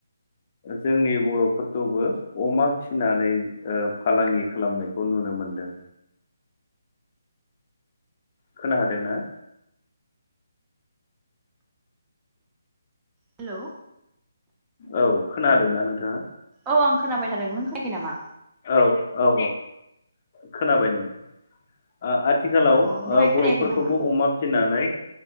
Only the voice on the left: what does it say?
जोंनि बर'फोरखौबो अमा फिनानै ओ फालांगि खालामनायखौ नुनो मोनदों खोना हादोंनाा
औ खोनादोंना नोंथाङा
औ औ औ खोनाबाय नै आं आथि- आथिखालाव
ओ
बर'फोरखौबो
अमा फिसिनानै